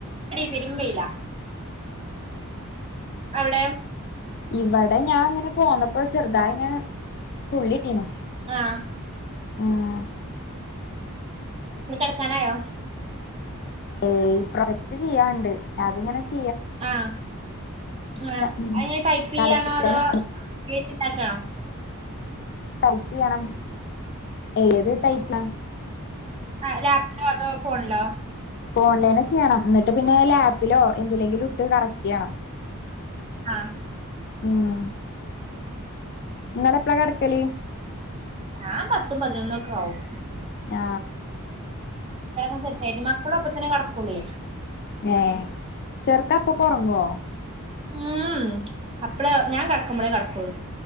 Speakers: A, on the right (about 25°); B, on the left (about 45°).
A: പേരും വെയിലാ അവിടെയോ
B: ഇവടെ ഞാൻ ങ്ങനെ പോന്നപ്പോ ചെറുതായി ങ്ങനെ തുള്ളിട്ടീന്നു
A: ആഹ്
B: ആഹ്
A: ട് കിടക്കാനായോ
B: ഏ ഈ പ്രൊജക്ട് ചെയ്യാണ്ട് അതിങ്ങനെച്
A: ആഹ് ആ
B: ഉം
A: അഹ്എ ടൈപ്പ് ചയ്യാണോ
B: കടക്കിതന്നെ
A: അതോ എയ്തിണ്ടാക്കാണോ
B: ട്ടല്പ്പിയണം ഏഏത്ടൈപ്ള
A: ആ ല അതോ ഫോണിലോ?
B: ഓൺലൈനിൽ ചെയ്യണം എന്നിട്ട് പിന്നെ ലാപ്പിലോ എന്തിലെങ്കിലും ഇട്ട് കറക്റ്റ് ചെയ്യണം.
A: ആഹ്
B: ഉം നിങ്ങള് എപ്പളാ കിടക്കല്.
A: <unintelligible> പത്തും പതിനൊന്നൊക്കെ ആവും
B: ഞാ
A: കെടക്കൻ സെറ്റായിട്ട് മക്കളും അപ്പ തന്നെ കെടക്കൊള്ളി
B: ഏഹ് ചെറക്കപ്പൊകൊറങ്ങോ
A: ആാാാഹ് അപ്പള് ഞാൻ കടക്കുമ്പ്ളെ കടക്കൊള്ള്